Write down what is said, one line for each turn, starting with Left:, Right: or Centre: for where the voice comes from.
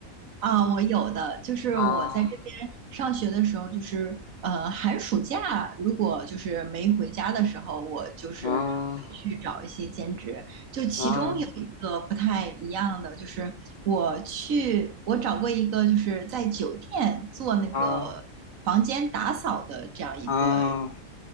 Right: 啊，我有的就是我在这边上学的时候，
Left: 啊，
Right: 就是呃寒暑假如果就是没回家的时候，我就是
Left: 啊
Right: 去找一些兼职。就其中有一个不太一样的，
Left: 啊
Right: 就是我去我找过一个就是在酒店做那个房间打扫的这样一个。
Left: 啊啊